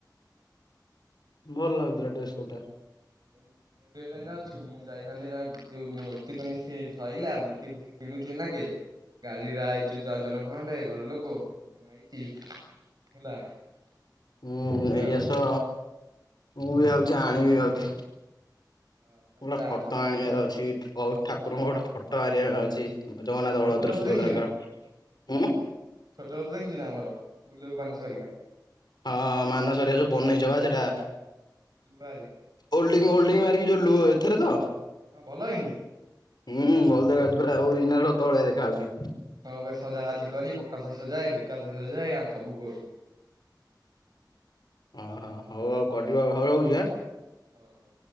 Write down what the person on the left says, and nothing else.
ଭଲ ଲାଗୁଥିଲା ଡ୍ରେସ କୋଟଟା।
ହୁଁ
ନେଇଆସ।
ମୁଁ ବି ଭାବୁଛି ଆଣିବି ଯାଉଛି।
ମୋର ଗୋଟା
ଫଟୋ ଆଣିବାର
ଅଛି। ଅ ଠାକୁରଙ୍କ ଗୋଟେ ଫଟୋ ମାରିବାର ଅଛି। ଜଗନ୍ନାଥ,
ବଳଭଦ୍ର,
ସୁଭଦ୍ରାଙ୍କର।
ହୁଁ
ହଁ ହଁ ମାନସ ଘରିକା ସବୁ ବନେଇଛ ବା ସେଟା।
ଓଲ୍ଡିଙ୍ଗ ଓଲଡି ମାରିକି ଯୋଉ ଲୁହ ଏଥରେ ତ?
ହୁଁ ଭଲ ଦେଖାଯାଉଛି, ପୁରା ଓରିଜିନାଲ ରଥ ଭଳିଆ ଦେଖାହାଉଛି।
ଅ ହ ହଉ ଆଉ କଟିବ ଆଉ ହଉ ରହୁଛି ଆଁ।